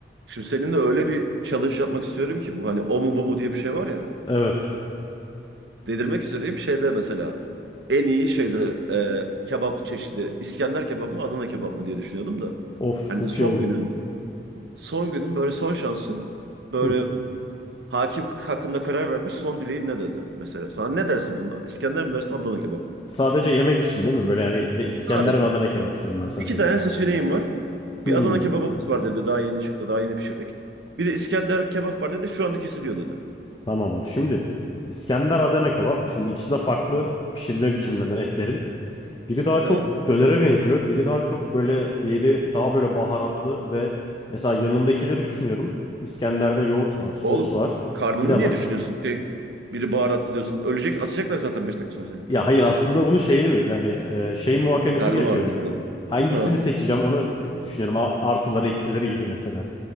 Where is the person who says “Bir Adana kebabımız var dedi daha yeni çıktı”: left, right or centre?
Right